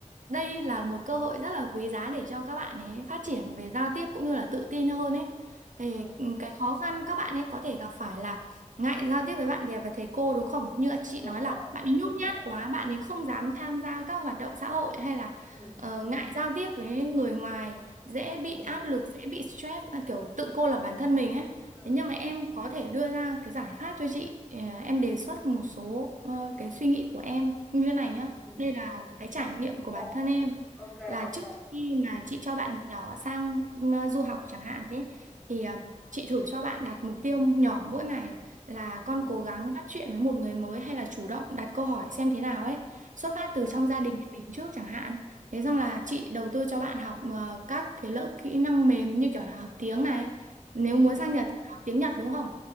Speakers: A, on the right; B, in the centre.
A: đây là một cơ hội rất là quý giá để cho các bạn ấy phát triển về giao tiếp cũng như là tự tin hơn ấy. Thì
B: ừ.
A: ừ, cái khó khăn các bạn ấy có thể gặp phải là ngại giao tiếp với bạn bè và thầy cô đúng không? Như chị
B: đúng
A: nói
B: rồi
A: là bạn ấy nhút
B: đúng
A: nhát
B: rồi
A: quá, bạn ấy không
B: ừ
A: dám tham gia các hoạt động xã hội hay là
B: ừ
A: ờ,
B: ừ
A: ngại giao tiếp với người ngoài, dễ bị
B: ừ
A: áp lực, dễ bị stress, à, kiểu tự cô lập bản thân mình ấy.
B: ừ
A: Thế nhưng mà em
B: ừ
A: có thể đưa ra cái giải pháp cho chị. Ờ, Em đề xuất một số ờ, cái suy nghĩ của em như thế này
B: ừ
A: nhá.
B: ừ
A: Đây là
B: ừ.
A: cái trải nghiệm
B: ok
A: của bản thân em
B: ok
A: là
B: ok
A: trước khi
B: ừ
A: mà chị cho bạn nhỏ sang ừ, du học chẳng hạn ấy thì ờ, chị thử cho bạn đặt mục tiêu nhỏ mỗi ngày là con
B: ừ
A: cố gắng bắt chuyện với một người mới hay là chủ động đặt câu hỏi xem thế nào ấy xuất phát
B: ừ
A: từ trong gia đình nhà mình trước chẳng hạn thế xong là chị đầu tư cho bạn học ờ, các cái lớp kỹ năng mềm như kiểu là học tiếng này nếu
B: ừ
A: muốn sang Nhật thì học tiếng Nhật đúng không